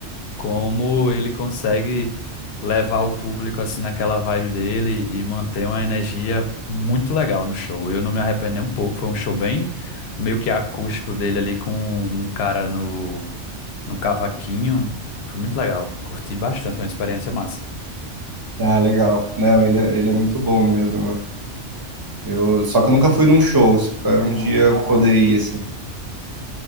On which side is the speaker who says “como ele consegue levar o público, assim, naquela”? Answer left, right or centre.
Left